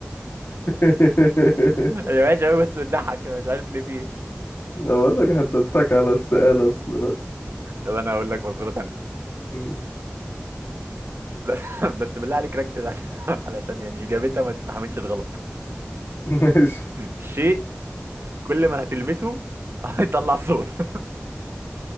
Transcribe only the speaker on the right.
هي وحشة أوي بس بتضحك أنا مش عارف ليه في إيه
طب أنا هقول لك مصورة تانية
<laughs> بس بس بالله عليك ركز عشان علشان يعني إجابتها ما تستحملش الغلط
شيء كل ما هتلمسه هيطلع صوت <laughs>